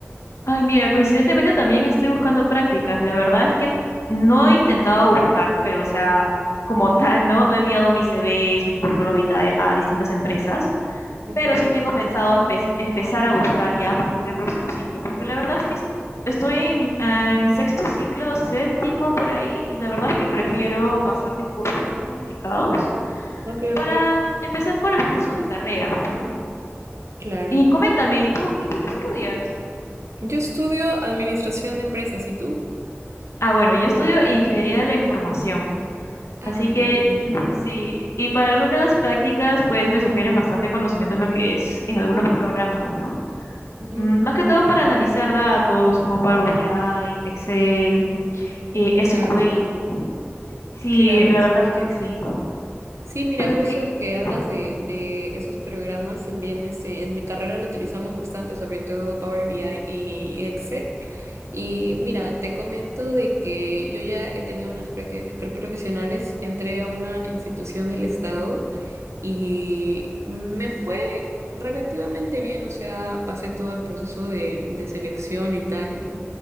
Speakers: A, on the left; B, on the right.
A: Ay, mira, coincidentemente también estoy buscando prácticas. La verdad es que no he intentado buscar, pero o sea, como tal, ¿no? No he enviado mis CVs, mis currículum vitae a distintas empresas,
B: Ok,
A: pero sí tengo pensado empe- empezar a buscar ya a partir del próximo ciclo, porque la verdad es que es- estoy en, en sexto ciclo, séptimo por ahí, y la verdad es que prefiero pasar mis cursos más complicados
B: ok,
A: para
B: ok.
A: empezar con los cursos de carreras, pues, ¿no?
B: Claro.
A: Y coméntame, ¿y tú, y tú qué estudias?
B: Yo estudio administración de empresas, ¿y tú?
A: Ah, bueno, yo estudio Ingeniería de la Información.
B: Ah,
A: Así
B: ok,
A: que
B: ok.
A: <laughs> sí, y para algunas prácticas pues me sugieren bastante conocimiento en lo que es en algunos programas, ¿no?
B: Ujú.
A: Mm, Más que todo para analizar datos como Power BI, Excel, eh, SQL.
B: Claro,
A: Sí,
B: claro.
A: la verdad es que sí.
B: Sí, mira,
A: Pero te...
B: justo que hablas
A: Ujú.
B: de, de esos programas, también este, en mi carrera lo utilizamos bastante, sobre todo Power BI y Excel. Y mira, te comento de que yo ya he tenido unas prácticas preprofesionales, entré a una institución del Estado y me fue relativamente bien, o sea, pasé todo el proceso de, de selección y tal.